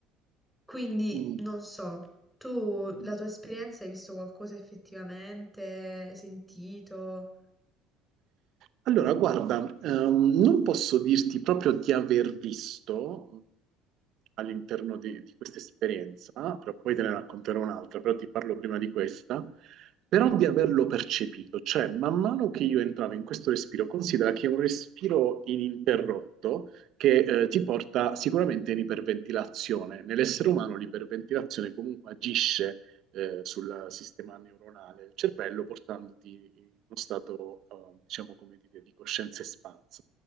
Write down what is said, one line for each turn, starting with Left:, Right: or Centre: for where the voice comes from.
Centre: Quindi
Right: Mm.
Centre: non so, tu la
Right: mm.
Centre: tua esperienza hai visto qualcosa effettivamente, hai sentito?
Right: Allora, guarda, ehm, non posso dirti proprio di aver visto all'interno di, di questa esperienza, però poi te ne racconterò un'altra, però ti parlo prima di questa, però di averlo percepito, cioè man mano che io entravo in questo respiro, considera che è un respiro ininterrotto che eh, ti porta sicuramente in iperventilazione. Nell'essere umano l'iperventilazione comunque agisce eh, sul sistema neuronale del cervello, portandoti in uno stato, eh, diciamo, come dire, di coscienza espansa.